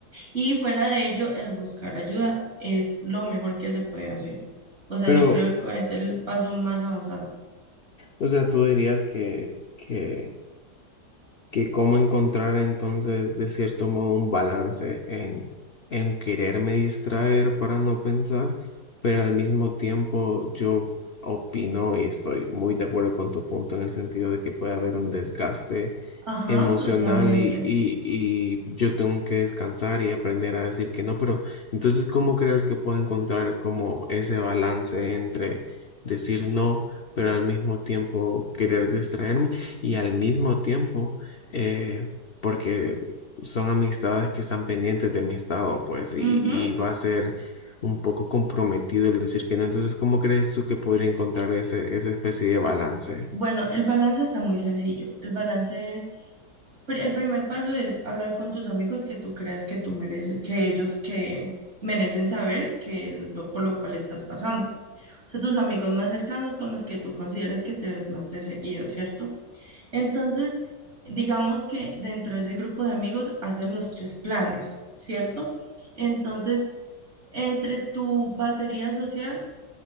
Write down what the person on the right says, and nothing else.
Y fuera de ello, el buscar ayuda es lo mejor que se puede hacer. O sea,
yo creo que es el paso más avanzado.
Ajá,
totalmente.
Ujú.
Bueno, el balance está muy sencillo. El balance es, pr- el primer paso es hablar con tus amigos que tú creas que tú mereces, que ellos que merecen saber qué es lo por lo cual estás pasando. son tus amigos más cercanos con los que tú consideres que te ves más de seguido, ¿cierto? Entonces, digamos que dentro de ese grupo de amigos hacen los tres planes, ¿cierto? Entonces, entre tu batería social,